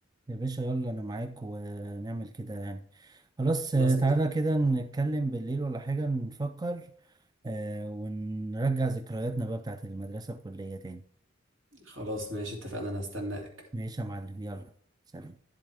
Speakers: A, on the right; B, on the right.
A: يا باشا يلا انا معاك ونعمل كده يعني خلاص
B: خلاص
A: آه، تعالى
B: ماشي
A: كده نتكلم بالليل ولا حاجة نفكر آه، ونرجع ذكرياتنا بقى بتاعت المدرسة والكلية تاني
B: خلاص ماشي اتفقنا أنا هستناك
A: ماشي يا معلم يلا سلام